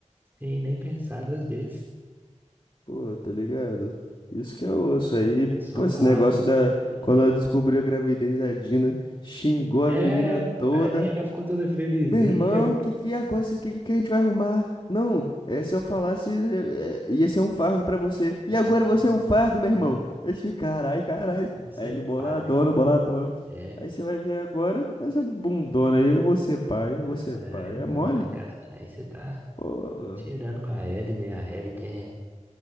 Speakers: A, on the right (about 15°); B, on the left (about 45°).
A: Sem nem pensar duas vezes.
B: Pô, tá ligado? Isso que eu osso Aí,
A: Já só
B: pô,
A: bala.
B: esse negócio da.
A: sei
B: Quando
A: que-
B: ela descobriu a gravidez, a Dina xingou
A: É,
B: a menina toda.
A: ali ela ficou toda felizinha.
B: Meu irmão, que que é agora? O que, que a gente vai arrumar? Não, é, se eu falasse, é, é, ia ser um fardo pra você.
A: pô.
B: E agora você é um fardo, meu
A: Pai,
B: irmão. Eles ficam, carai, carai.
A: você
B: Aí ele
A: é
B: boladona,
A: pai.
B: boladona.
A: É,
B: Aí você vai ver agora essa bundona aí. Eu vou ser pai, eu vou ser
A: aí
B: pai.
A: não,
B: É mole?
A: né, cara? Aí você tá
B: Pô.
A: tirando com a Ellie, né? A Ellie que é.